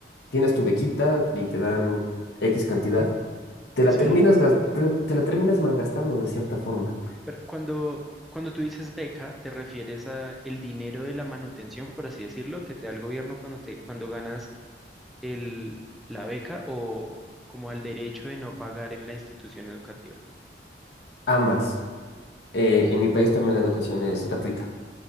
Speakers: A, on the left; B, in the centre.
A: tienes tu bequita y te dan X cantidad, te la
B: sí.
A: terminas, gas- te, te la terminas malgastando de cierta forma.
B: Pero cuando, cuando tú dices beca, te refieres a el dinero de la manutención, por así decirlo, que te da el gobierno cuando te, cuando ganas el, la beca o como al derecho de no pagar en la institución educativa.
A: Ambas. Eh, en mi país también la educación es gratuita.